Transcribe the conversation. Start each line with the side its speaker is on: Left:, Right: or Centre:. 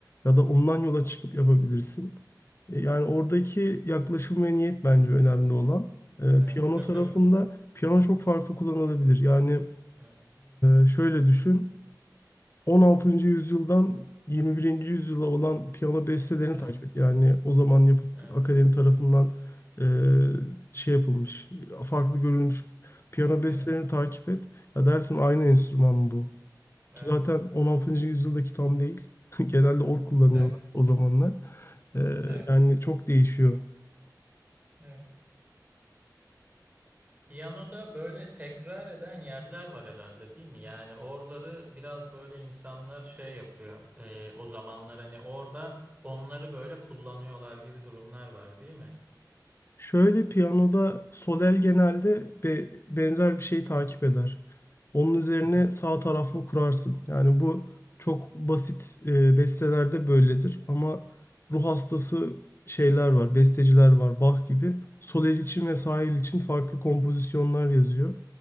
Left: ya da ondan yola çıkıp yapabilirsin. E, Yani oradaki yaklaşım ve niyet bence önemli olan. E,
Right: Evet.
Left: piyano
Right: Tabii
Left: tarafında
Right: tabii.
Left: piyano çok farklı kullanılabilir. Yani
Right: Evet.
Left: e, şöyle düşün. 16. yüzyıldan 21. yüzyıla olan piyano bestelerini
Right: Evet.
Left: takip et. Yani o zaman yapıt
Right: Evet.
Left: akademi tarafından e, şey yapılmış, farklı görülmüş piyano bestelerini
Right: Evet.
Left: takip et. Ya dersin aynı enstrüman mı bu?
Right: Evet.
Left: Ki zaten 16. yüzyıldaki tam değil. <laughs> Genelde org kullanıyorlar
Right: Evet.
Left: o zamanlar. E,
Right: Evet.
Left: yani çok değişiyor.
Right: Evet. Piyanoda böyle tekrar eden yerler var herhalde değil mi? Yani oraları biraz böyle insanlar şey yapıyor. Ee, o zamanlar hani orada onları böyle kullanıyorlar gibi durumlar var değil mi?
Left: Şöyle piyanoda sol el genelde be- benzer bir şeyi takip eder. Onun üzerine
Right: Hı hı.
Left: sağ taraflı kurarsın. Yani bu çok basit e, bestelerde böyledir ama ruh hastası şeyler var, besteciler var, Bach gibi. Sol el için ve sağ el için farklı kompozisyonlar yazıyor.